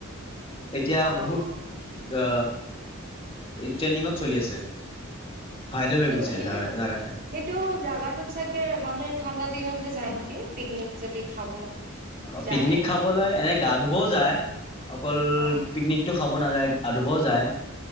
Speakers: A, on the left; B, on the right.
A: এতিয়া
B: অ',
A: বহুত
B: অ',
A: অ ট্ৰেইনিঙত চলি আছে ভাইৰেল
B: সেইটো
A: হৈ গৈছে
B: সেইটো
A: জা জাগা ঠাই
B: সেইটো জাগাটোত চাগে মানুহে ঠাণ্ডা দিনতহে যায় নেকি পিকনিক যদি খাব
A: অ
B: যায়।
A: পিকনিক খাবলৈ এনে গা ধুবও যায় অকল
B: অ',
A: পিকনিক টো খাব নাযায় গা ধুবও যায়